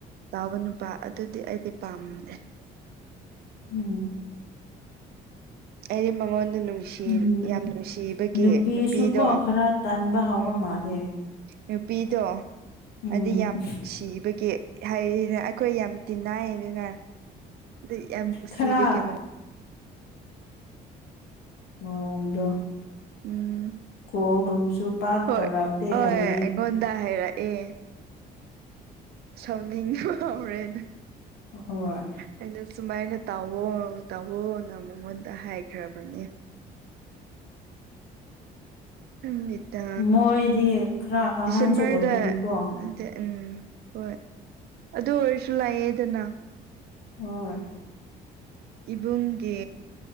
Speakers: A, on the right (about 70°); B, on the left (about 70°).
A: ꯇꯥꯎꯕ ꯅꯨꯄꯥ ꯑꯗꯨꯗꯤ ꯑꯩꯗꯤ ꯄꯥꯝꯗꯦ
B: ꯎꯝ
A: ꯑꯩꯗꯤ ꯃꯉꯣꯟꯗꯥ ꯅꯨꯡꯁꯤ
B: ꯎꯝ
A: ꯌꯥꯝ ꯅꯨꯡꯁꯤꯕꯒꯤ
B: ꯅꯨꯄꯤꯁꯨ
A: ꯅꯨꯄꯤꯗꯣ
B: ꯀꯣ ꯈꯔ ꯇꯟꯕ ꯍꯥꯎꯕ
A: ꯎꯝ
B: ꯃꯥꯜꯂꯦ
A: ꯅꯨꯄꯤꯗꯣ
B: ꯎꯝ
A: ꯍꯥꯏꯗꯤ ꯌꯥꯝ ꯅꯨꯡꯁꯤꯕꯒꯤ ꯍꯥꯏ ꯑꯩꯈꯣꯏ ꯌꯥꯝ ꯇꯤꯅꯥꯏ ꯑꯗꯨꯅ ꯑꯗꯨ ꯌꯥꯝ ꯅꯨꯡꯁꯤꯕꯒꯤ
B: ꯈꯔ ꯃꯑꯣꯡꯗꯣ
A: ꯎꯝ
B: ꯀꯣꯜꯒꯨꯝꯕꯁꯨ ꯄꯥꯛ
A: ꯍꯣꯏ
B: ꯇꯧꯔꯛꯇꯦ
A: ꯍꯣꯏ
B: ꯍꯥꯏꯌꯦ
A: ꯑꯩꯉꯣꯟꯗ ꯍꯥꯏꯔꯑꯦ ꯑꯦ ꯁꯥꯎꯅꯤꯡ ꯐꯥꯎꯔꯦꯅ
B: ꯍꯣꯏ
A: ꯑꯩꯅ ꯁꯨꯃꯥꯏꯅ ꯇꯥꯋꯣ ꯇꯥꯑꯣꯅ ꯃꯉꯣꯟꯗ ꯍꯥꯏꯈ꯭ꯔꯕꯅꯦ ꯈꯕꯤꯠꯇ
B: ꯃꯣꯏꯗꯤ ꯈꯔ ꯑꯍꯟꯁꯨ
A: ꯗꯤꯁꯝꯕꯔ
B: ꯑꯣꯏꯕꯒꯤꯀꯣ
A: ꯗ ꯅꯠꯇꯦ ꯎꯝ ꯍꯣꯏ ꯑꯗꯨ ꯑꯣꯏꯔꯁꯨ ꯂꯥꯛꯑꯦꯗꯅ
B: ꯍꯣꯏ
A: ꯏꯕꯨꯡꯒꯤ